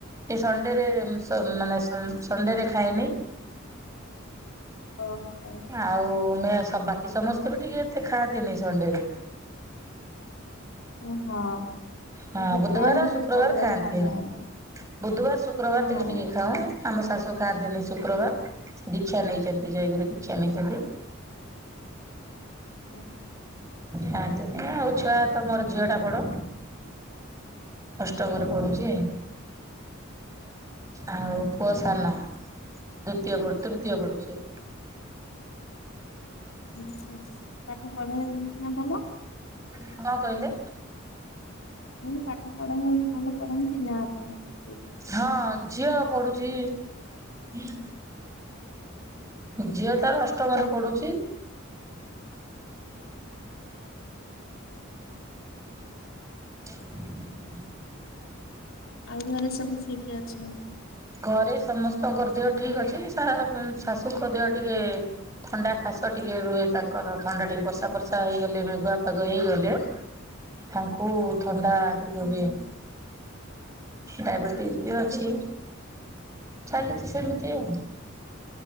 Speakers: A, on the right; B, on the left.
A: ଏ ସଣ୍ଡେରେ ଉଁମ ତ ମାନେ ସନ ସଣ୍ଡେରେ ଖାଇଏନି।
B: ଓ ହ।
A: ଆଉ ମେଆଷ ବାକି ସମସ୍ତେ ବି ଟିକେ ଦେଖାନ୍ତିନି ସଣ୍ଡେ ରେ
B: ଓ ହଁ।
A: ହଁ
B: ଏବେ
A: ବୁଧବାର
B: ପ୍ରାୟ ଲୋକ
A: ଆଉ ଶୁକ୍ରବାର
B: ସନ୍ଧ୍ୟାରେ
A: ଖାଆନ୍ତି
B: ଖାଉନାହାନ୍ତି
A: ବୁଧୁବାର ଶୁକ୍ରବାର
B: ହଁ।
A: ଟିକେ ଟିକେ ଖାଉଁ। ଆମ ଶାଶୁ ଖାଆନ୍ତିନି ଶୁକ୍ରବାର। ଦୀକ୍ଷା ନେଇଛନ୍ତି ଜୟଗୁରୁ ଦୀକ୍ଷା ନେଇଛନ୍ତି।
B: ଓ
A: ଖାନ୍ତିନି ଆଉ ଛୁଆ ତ ମୋର ଝିଅ ଟା ବଡ। ଅଷ୍ଟମ ରେ ପଡୁଛି। ଆଉ ପୁଅ ସାନ ଦୁତୀୟ ପଢୁ ତୃତୀୟ ପଡୁଛି।
B: ଓହ ପାଠ ପଢ଼ା ଯାଉଛି ନା ଭଲ?
A: କଣ କହିଲେ?
B: ମୁ ପାଠ ପଢ ଭଲ ପଢ଼ନ୍ତି ନା? ଆପଣଙ୍କ ପୁଅ?
A: ହଁ ଝିଅ ପଢୁଛି ହୁଁ। ଝିଅ ତାର ଅଷ୍ଟମରେ ପଢୁଛି। <inaudible>
B: ଆଉ ଘରେ ସବୁ ଠିକ ଅଛନ୍ତି।
A: ଘରେ ସମସ୍ତଙ୍କ ଦେହ ଠିକ ଅଛି ଶା ଶାଶୁଙ୍କ ଦେହ ଟିକେ ଥଣ୍ଡା ଖାସ ଟିକେ ରୁହେ ତାଙ୍କର ଥଣ୍ଡା ଟିକେ ବର୍ଷା ବର୍ଷା ହେଇଗଲେ ମେଘୁଆ ପାଗ ହେଇଗଲେ ତାଙ୍କୁ ଥଣ୍ଡା ଟିକେ ହୁଏ ଡାଇବେଟିସ ବି ଅଛି। ଚାଲିଛି ସେମିତି ଆଉ